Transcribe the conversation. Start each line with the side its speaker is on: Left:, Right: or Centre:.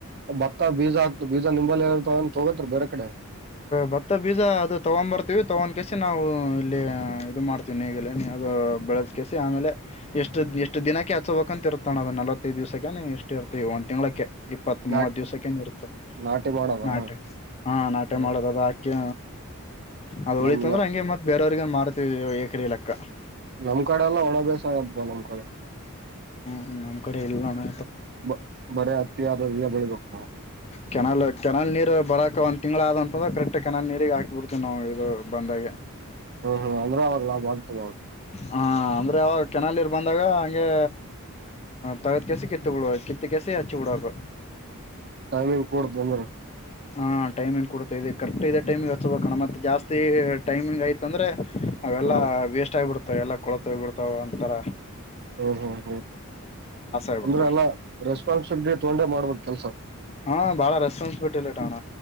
Right: ಭತ್ತ ಬೀಜ ಆಗ್ತು ಬೀಜಾ ನಿಂಬಲ್ಲಿ ಏನ ತಗೋ ತಗೋತ್ರಿ ಬೇರೆ ಕಡೆ?
Left: ಭತ್ತ ಬೀಜ ಅದು ತಗೊನ್ ಬರ್ತೀವಿ ತಗೊನ್ ಕೆಸಿ ನಾವು ಇಲ್ಲಿ ಇದು ಮಾಡ್ತೀವಿ ನೀಗಿಲ ನೀ ಅದು ಬೆಳದ್ ಕೆಸಿ ಆಮೇಲೆ ಎಷ್ಟು ಎಷ್ಟ ದಿನಕ್ಕೆ ಹಚ್ಬೇಕಂತ ಇರ್ತಾನ ಅದು ನಲ್ವತ್ತೈದು ದಿವ್ಸಕ್ಕೆ ಎಷ್ಟು ಇರ್ತೀವಿ ಒಂದ್ ತಿಂಗ್ಳಕ್ಕೆ. ಇಪ್ಪತ್ ಮೂವತ್
Right: ನಾಟಿ
Left: ದಿವ್ಸಕ್ಕೇನ್ ಇರುತ್ತ
Right: ನಾಟಿ ಮಾಡದ
Left: ನಾಟೆ ಹಾ ನಾಟ್
Right: ಹ್ಮ್
Left: ಟೆ ಮಾಡೋದದ ಆಕೆ ಅದ್ ಉಳಿತಂದ್ರ್
Right: ನಮ್ನೆ
Left: ಹಂಗೆ ಮತ್ ಬೇರೆವ್ರ್ ತಿರ್ಗ ಮಾಡ್ತಿವಿ ಏ ಎಕ್ರೆ ಲೆಕ್ಕ.
Right: ನಮ್ ಕಡೆ ಎಲ್ಲ ಒಣ ಬೇಸಯ ಅಬ್ಬ ನೋಡ್
Left: ಹು ನಮ್ ಕಡೆ ಎಲ್ ಅಣ್ಣ.
Right: ಬ ಬರೆ ಹತ್ತಿ ಅದು ಇದ ಬೆಳಿಬೇಕು ನಾವು.
Left: ಕೆನಾಲ್ ಕೆನಾಲ್ ನೀರು ಬರಕ ಒಂದ್ ತಿಂಗ್ಳ್ ಆದಂತಂದ್ರ ಕರೆಕ್ಟ್ ಕೆನಲ್ ನೀರಿಗೆ ಹಾಕಿ ಬಿಡ್ತೇವಿ ನಾವು ಇದು ಬಂದಾಗೆ.
Right: ಹಾ ಹಾ ಅಂದ್ರಲ ವಲ್ತ್ ಮ.
Left: ಹಾ ಅಂದ್ರೆ ಅವಾಗ್ ಕೆನಾಲ್ ನೀರ್ ಬಂದ್ ತಗ ಹಂಗೆ ತಗದ್ ಕೇಸಿ ಕಿತ್ತ ಬಿಡುವ ಕಿತ್ತ ಕೇಸಿ ಹಚ್ಚಿ ಬಿಡಕು.
Right: ಟೈಮಿಂಗ್ ಕೊಡತ್ ಬಂದ್ರ.
Left: ಹಾ ಟೈಮಿಂಗ್ ಕೊಡ್ತ ಇದೆ ಕರೆಕ್ಟ್ ಇದೆ ಟೈಮಿಗ್ ಹಚ್ಬೇಕಣ ಮತ್ತ ಜಾಸ್ತಿ ಟೈಮಿಂಗ್ ಆಯ್ತಂದ್ರೆ. ಅವೆಲ್ಲ
Right: ಹ್ಮ್
Left: ವೇಸ್ಟ್ ಆಗ್ಬಿಡ್ತ್ ತ ಎಲ್ಲ ಕೊಳ್ತಾಗ್ ಬಿಡ್ತಾವ್ ಅಂಥರ.
Right: ಹ್ಮ್ ಹ್ಮ್ ಹ್ಮ್
Left: ಆಗಿಬಿಡ್ತಾವ
Right: ಅಂದ್ರೆ ಎಲ್ಲ ರೆಸ್ಪಾನ್ಸಿಬಿಲಿಟಿ ತಗೊಂಡೆ ಮಾಡ್ಬೇಕ್ ಕೆಲ್ಸ.
Left: ಹಾ ಬಾಳ ರೆಸ್ಪಾನ್ ಬಿಟ್ ಇಲ್ ಟಣ.